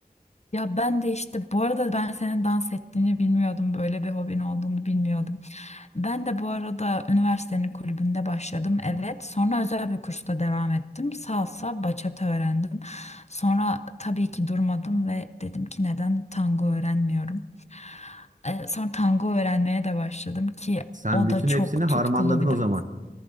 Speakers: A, on the left; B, on the right.
A: Ya ben de işte bu arada ben senin dans ettiğini bilmiyordum. Böyle bir hobin olduğunu bilmiyordum. Ben de bu arada üniversitenin kulübünde başladım. Evet. Sonra özel bir kursta devam ettim. Salsa, bachata öğrendim. Sonra tabii ki durmadım ve dedim ki neden tango öğrenmiyorum. Ee, sonra tango öğrenmeye de başladım ki
B: Sen
A: o
B: bütün
A: da çok
B: hepsini harmanladın
A: tutkulu bir
B: o
A: dans.
B: zaman.